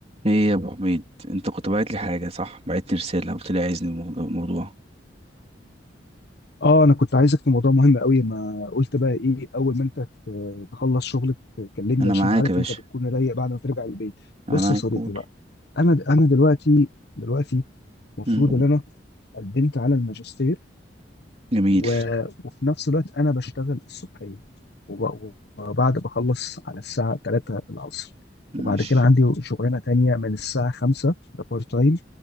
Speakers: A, on the right; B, on the left.
A: ايه يا ابو حميد انت كنت باعت لي حاجه صح بعت لي رساله قلت لي عايزني الموضوع الموضوع.
B: اه انا كنت عايزك في موضوع مهم قوي ما قلت بقى ايه اول ما انت ت- تخلص شغلك كلمني
A: انا
B: عشان
A: معاك
B: انت عارف
A: يا باشا
B: انت بتكون رايق بعد ما ترجع البيت
A: انا
B: بص
A: معاك
B: يا صديقي
A: قول
B: بقى انا انا دلوقتي دلوقتي المفروض
A: مم.
B: ان انا قدمت على الماجستير
A: جميل
B: و... وفي نفس الوقت انا بشتغل الصبحيه وب... وبعد بخلص على الساعه 3 العصر
A: ماشي
B: وبعد كده عندي شغلانه تانية من الساعه 5 ده بارت تايم